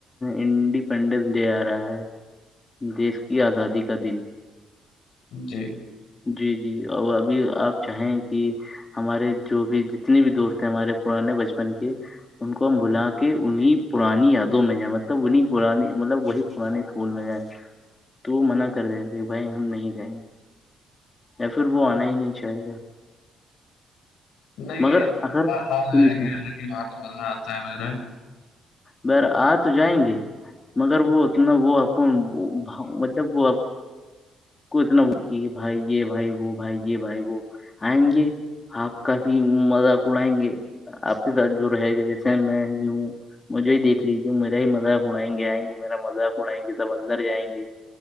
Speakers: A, on the left; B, on the left.
A: انڈیپینڈنس ڈے آ رہا ہے دیش کی آزادی کا دن
B: جی
A: جی جی اور ابھی آپ چاہیں کہ ہمارے جو بھی جتنے بھی دوست ہیں ہمارے پر نے بچپن کی ان کو ہم بلا کے انہیں پرانی یادوں میں جائیں مطلب انہیں پرانی مطلب وہی پرانے اسکول میں جائیں تو وہ منع کر دے کہ بھائی ہم نہیں جائیں گے یا پھر وہ آنا ہی نہیں چاہے گا
B: نہیں
A: مگر
B: گی
A: اگر
B: حکن
A: سنی سنی
B: یہ تو مزہ آتا ہے مر
A: ب آ تو جائیں گے مگر وہ اتنا وہ آپ کو مطلب وہپ کو اتنا کہ بھائیے بھائی وہ بھائی بھائی وہ آئیں گے آپ کافی مذاق اڑائیں گے آپ کے ساتھ جو رہے گا جیسے میں ہی ہوں مجھے ہی دیکھ لیجیے میرا ہی مذاق اڑائیں گے آئیں گے میرا مذاق اڑائیں گے جب اندر جائیں گے